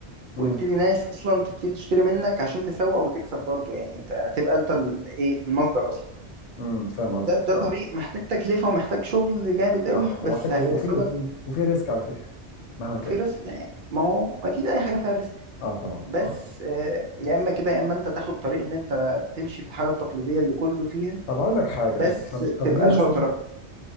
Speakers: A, on the left; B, on the right.
A: امم
B: ويبتدي ناس اصلا تبتدي تشتري منك عشان تسوق وتكسب برضو يعني انت تبقى انت ال- ايه المصدر اصلا
A: امم فاهم قصدك
B: ده ده
A: اه
B: طريق محتاج تكلفة ومحتاج شغل جامد قوي
A: صح
B: بس
A: ومحتاج
B: هيوصلك
A: وفي وفي وفي ريسك على فكره مهما كان
B: وفي ريسك لا، ما هو اكيد اي حاجة فيها ريسك
A: اه طبعا
B: بس
A: اه
B: آه، يا اما كده يا اما انت تاخد طريق ان انت تمشي في الحاجة التقليدية اللي كله فيها
A: طب هقول لك حاجه
B: بس
A: طب طب طب
B: تبقى
A: ليه مثلا
B: شاطر أكتر.